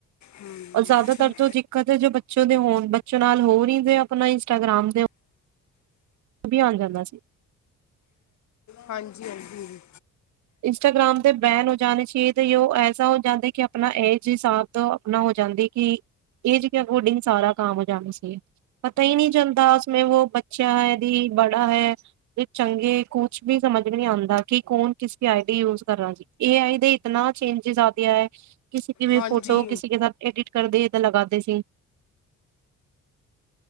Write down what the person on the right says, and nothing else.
ਅੋਰ ਜ਼ਿਆਦਾਤਰ
ਜੋ ਦਿੱਕਤ ਹੈ ਜੋ ਬੱਚੇ ਦੇ ਹੋਣ ਚੁਨਾਲ ਹੋਰ ਹੀ ਦੇ ਆਪਣਾ ਇੰਸਟਾਗਰਾਮ ਦੇ ਅਭਿਆਨ ਜਾਂਦਾ ਸੀ।
ਇੰਸਟਾਗਰਾਮ ਤੇ ਬੈਨ ਹੋ ਜਾਣੇ ਚ ਤੇ ਉਹ ਐਸਾ ਹੋ ਜਾਂਦਾ ਕਿ ਆਪਣਾ ਏਜ ਹਿਸਾਬ ਦਾ ਆਪਣਾ ਜਾਂਦੇ ਕਿ ਏਜ ਕੇ ਅਕੋਰਡਿੰਗ ਸਾਰਾ ਕਾਮ ਹੋ ਜਾਂਦਾ ਸੀ ਪਤਾ ਹੀ ਨਹੀਂ ਚਲਦਾ ਉਸਮੇ ਵੋ ਬੱਚਾ ਹੈ ਜੀ ਬੜਾ ਹੈ ਚੰਗੇ ਕੁਛ ਵੀ ਸਮਝ ਨ ਆਉਂਦਾ ਕਿ ਕੌਣ ਆਈਡੀ ਯੂਜ ਕਰ ਜੀ ਏ ਆਈ ਦੇ ਇਤਨਾ ਚੇਂਜ ਆ ਹੈ। ਕਿਸੇ ਕੀ ਵੀ
ਫੋਟੋ ਕਿਸੇ ਕੇ ਸਾ ਐਡਿਟ ਕਰਦੇ ਸੀ ਤਾਂ ਲਗਾਦੇ ਸੀ।